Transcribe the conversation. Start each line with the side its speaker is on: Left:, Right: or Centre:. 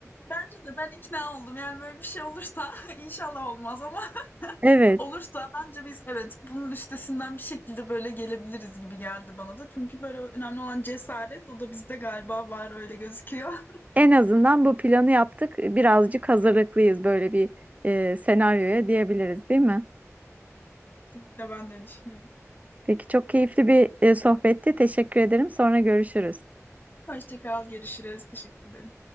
Left: Bence de ben ikna oldum. Yani böyle bir şey olursa <laughs> inşallah olmaz ama <laughs>
Right: Evet.
Left: olursa bence biz evet bunun üstesinden bir şekilde böyle gelebiliriz gibi geldi bana da. Çünkü böyle önemli olan cesaret o da bizde galiba var öyle gözüküyor. <laughs>
Right: En azından bu planı yaptık. Birazcık hazırlıklıyız böyle bir e, senaryoya diyebiliriz, değil mi?
Left: Kesinlikle ben de düşünüyorum.
Right: Peki çok keyifli bir e, sohbetti. Teşekkür ederim. Sonra görüşürüz.
Left: Hoşça kal, görüşürüz. Teşekkür ederim.